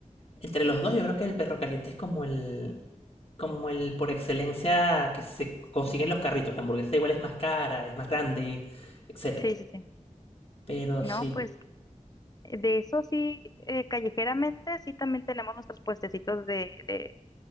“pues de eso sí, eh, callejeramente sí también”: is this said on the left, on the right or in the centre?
Left